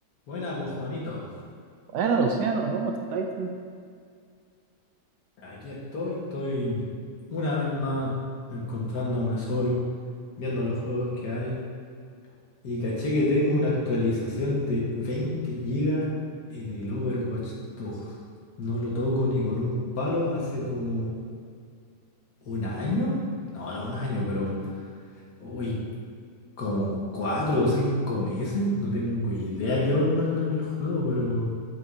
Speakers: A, on the left; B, on the right.
A: Buena, pues Juanito.
B: Bueno, Luciano, ¿cómo estáis? O
A: Aquí estoy, estoy una vez más encontrándome solo, viendo los juegos que hay. Y caché que tengo una actualización de 20 gigas en el Overwatch 2. No lo toco ni con un palo hace como un año. No, no un año, pero uy, como cuatro o cinco meses. No tengo idea qué onda con el juego, pero